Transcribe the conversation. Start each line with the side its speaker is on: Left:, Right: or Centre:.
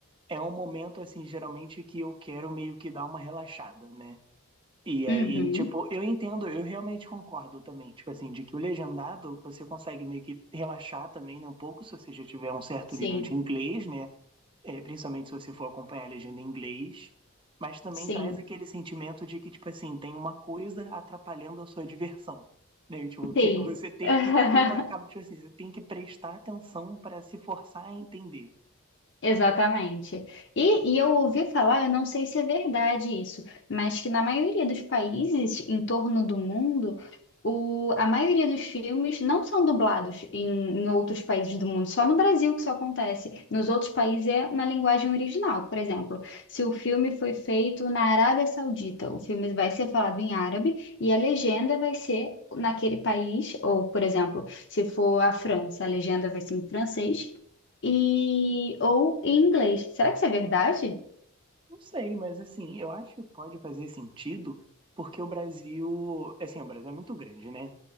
Right: é um momento assim, geralmente que eu quero meio que dar uma relaxada, né? E aí,
Left: uhum,
Right: tipo, eu entendo, eu realmente concordo também, tipo assim, de que o legendado você consegue meio que relaxar também, né, um pouco, se você já tiver um certo
Left: sim,
Right: nível de inglês, né, é, principalmente se você for acompanhar a legenda em inglês, mas também
Left: sim,
Right: traz aquele sentimento de que, tipo assim, tem uma coisa atrapalhando a sua diversão, né, tipo,
Left: sim.
Right: que é, você tem
Left: <laughs>
Right: que ter uma, cam- tipo assim, você tem que prestar atenção para se forçar a entender.
Left: Exatamente. E, e eu ouvi falar, eu não sei se é verdade isso, mas que na maioria dos países em torno do mundo, o, a maioria dos filmes não são dublados em, em outros países do mundo, só no Brasil que isso acontece. Nos outros países é na linguagem original. Por exemplo, se o filme foi feito na Arábia Saudita, o filme vai ser falado em árabe e a legenda vai ser naquele país, ou, por exemplo, se for a França, a legenda vai ser em francês. E ou em inglês. Será que isso é verdade?
Right: Não sei, mas assim, eu acho que pode fazer sentido, porque o Brasil, assim, o Brasil é muito grande, né?